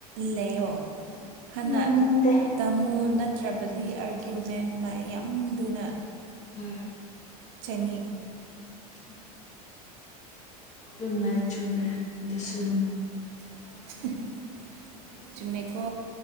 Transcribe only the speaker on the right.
ꯂꯩꯌꯣ ꯍꯅ
ꯇꯝꯃꯨ ꯅꯠꯇ꯭ꯔꯕꯗꯤ ꯑꯥꯔꯒ꯭ꯌꯨꯃꯦꯟ ꯃꯥꯏ ꯑ ꯌꯥꯝꯗꯨꯅ
ꯆꯦꯅꯤꯛ
<inaudible> ꯆꯨꯝꯃꯦꯀꯣ